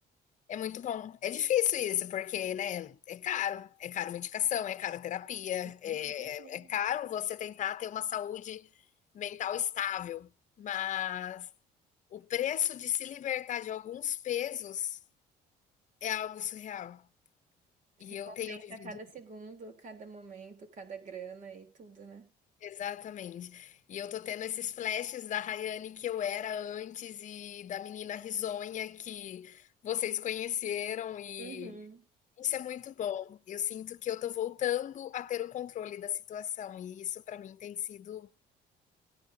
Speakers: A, on the left; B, on the right.
A: é muito bom. É difícil isso, porque né, é caro, é caro medicação, é caro terapia,
B: Sim,
A: é,
B: com certeza.
A: é caro você tentar ter uma saúde mental estável, mas o preço de se libertar de alguns pesos é algo surreal. E
B: Recompensa
A: eu tenho vivido
B: cada segundo, cada momento, cada grana e tudo, né?
A: Exatamente. E eu tô tendo esses flashes da Rayane que eu era antes e da menina risonha que vocês conheceram e
B: Uhum.
A: isso é muito bom. Eu sinto que eu tô voltando a ter o controle da situação e isso pra mim tem sido